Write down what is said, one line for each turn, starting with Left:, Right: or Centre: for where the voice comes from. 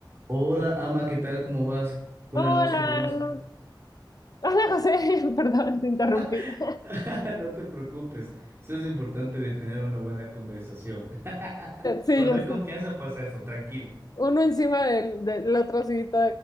Right: Hola, ama, ¿qué tal? ¿Cómo vas? Buena
Left: Hola,
Right: noche, ¿cómo has...
Left: hola José, <laughs> perdón, te interrumpí.
Right: <laughs>
Left: <laughs>
Right: No te preocupes, eso es lo importante de tener una buena conversación. <laughs>
Left: Sí,
Right: Cuando
Left: ya
Right: hay
Left: sé.
Right: confianza pasa eso, tranquila.
Left: Uno encima del, del otro, sí, to-